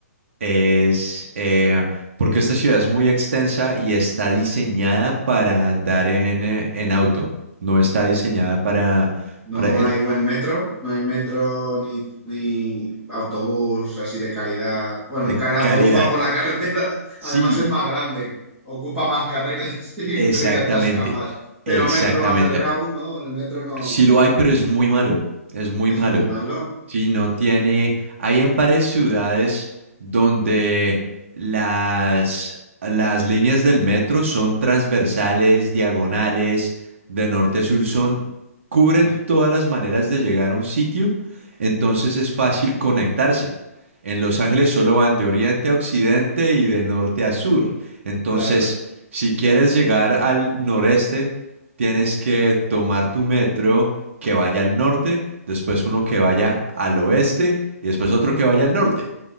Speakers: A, on the right; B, in the centre.
A: Es eh, porque esta ciudad es muy extensa y está diseñada para andar en, eh, en auto, no está diseñada para,
B: no
A: para el
B: hay buen metro, no hay metro ni, ni autobús así de calidad. Bueno,
A: de
B: que el autobús
A: calidad.
B: va por la carretera, <laughs>
A: Sí,
B: además es más grande, ocupa más carriles <laughs> y,
A: exactamente,
B: y atasca más. Pero
A: exactamente.
B: metro, underground, ¿no? El metro no
A: Sí lo hay, pero es muy malo, es muy
B: es
A: malo.
B: muy malo.
A: Sí, no tiene. Hay en varias ciudades donde las, las líneas del metro son transversales, diagonales, de norte a sur, son, cubren
B: Sí,
A: todas las maneras de llegar a un sitio, entonces es fácil conectarse. En Los Ángeles solo van de oriente a occidente y de norte a sur. Entonces,
B: claro.
A: si quieres llegar al noreste, tienes que tomar tu metro que vaya al norte, después uno que vaya al oeste y después otro que vaya al norte.